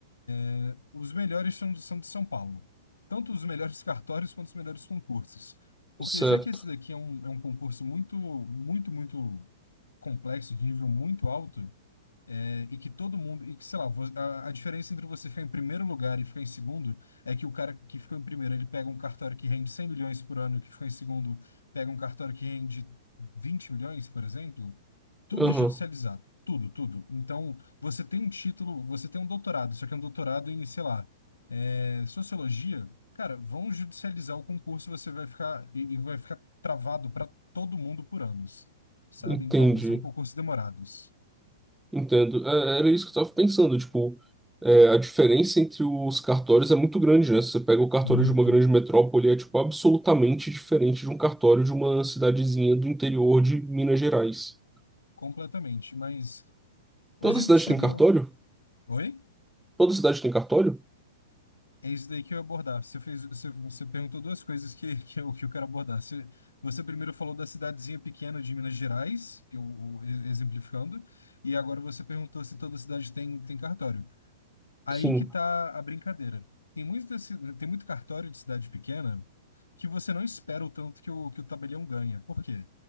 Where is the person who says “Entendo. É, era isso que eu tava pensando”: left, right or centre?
Centre